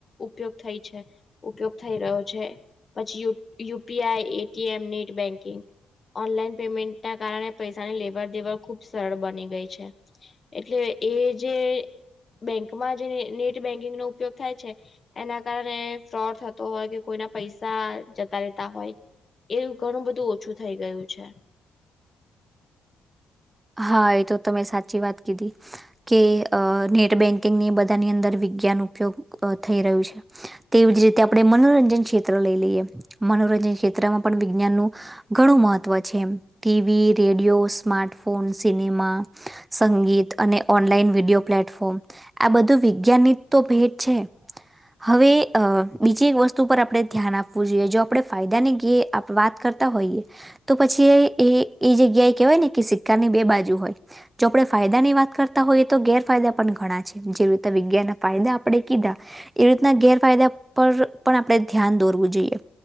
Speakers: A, on the left; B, on the right.
A: ઉપયોગ થાય છે ઉપયોગ થઈ રહ્યો છે. પછી UPI, ATM, net banking, online payment. તેના કારણે પૈસાની લેવડ દેવડ ખુબ સરળ બની ગઈ છે. એટલે એ જે બેંકમાં જે નેટ બેંકિંગ નો ઉપયોગ થાય છે. એના કારણે ફ્રોડ થતો હોય કે કોઈના પૈસા જતા રહેેતા હોય. એવું ઘણું બધું ઓછું થઇ ગયું છે.
B: હા એ તો તમે સાચી વાત કીધી. કે અ નેટ બેન્કિંગની બધાની અંદર વિજ્ઞાન ઉપયોગ થઈ રહ્યું છે. તેવી જ રીતે આપણે મનોરંજન ક્ષેત્ર લઈ લઈએ મનોરંજન ક્ષેત્રમાં પણ વિજ્ઞાનનું. ઘણું મહત્વ છે એ TV, radio, smartphone. Phone cinema સંગીત અને ઓનલાઈન વિડીિયો પ્લેટફોર્મ. આ બધું વિજ્ઞાાન ની ભેટ છે. હવે બીજી એક વસ્તુ પર આપણે ધ્યાન આપવું જોઈએ જો આપણે ફાયદા ની કે વાત કરતા. હોઈએ તો પછી એ જગ્યાએ કેહેવાય ને કે સિક્કાની બે બાજુ હોય. જો આપણે ફાયદા ની વાત કરતા હોઈએ તો ગેરફાયદા પણ ઘણા છે જેવી રીતે વિજ્ઞાનના ફાયદા આપણે કીધા. એવી રીતના ગેરફાયદા પર પણ આપણે ધ્યાન દોરવું જોઈએ.